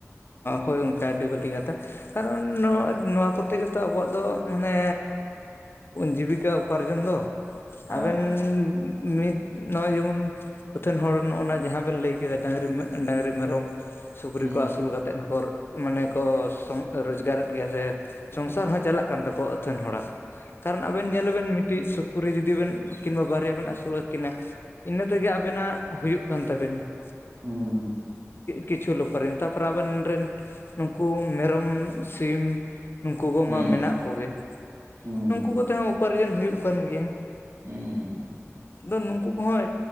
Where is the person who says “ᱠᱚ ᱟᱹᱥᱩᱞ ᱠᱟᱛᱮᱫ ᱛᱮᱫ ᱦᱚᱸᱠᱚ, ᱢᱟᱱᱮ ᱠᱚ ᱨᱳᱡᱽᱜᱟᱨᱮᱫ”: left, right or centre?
Left